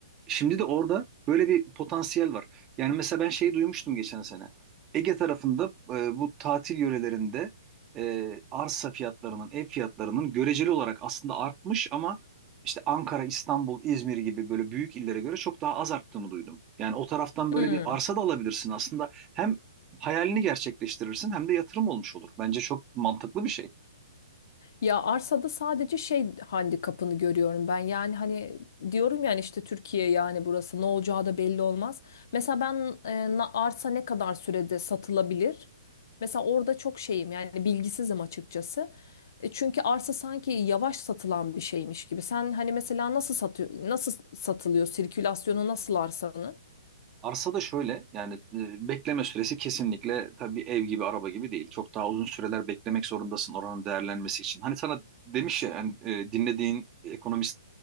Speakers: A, on the right; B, on the left.
A: Şimdi de orada böyle bir potansiyel var. Yani mesela ben şeyi duymuştum geçen sene. Ege tarafında e, bu tatil yörelerinde e, arsa fiyatlarının, ev fiyatlarının göreceli olarak aslında artmış ama işte Ankara, İstanbul, İzmir gibi böyle büyük illere göre çok daha az arttığını duydum. Yani o taraftan böyle
B: Hmm.
A: bir arsa da alabilirsin aslında. Hem hayalini gerçekleştirirsin hem de yatırım olmuş olur. Bence çok mantıklı bir şey.
B: Ya arsada sadece şey handikapını görüyorum ben. Yani hani diyorum yani işte Türkiye yani burası ne olacağı da belli olmaz. Mesela ben e, na- arsa ne kadar sürede satılabilir? Mesela orada çok şeyim yani bilgisizim açıkçası. E, çünkü arsa sanki yavaş satılan bir şeymiş gibi. Sen hani mesela nasıl satıyor nasıl satılıyor sirkülasyonu nasıl arsanın?
A: Arsa da şöyle yani e, bekleme süresi kesinlikle tabii ev gibi araba gibi değil. Çok daha uzun süreler beklemek zorundasın oranın değerlenmesi için. Hani sana demiş ya yani, e, dinlediğin ekonomist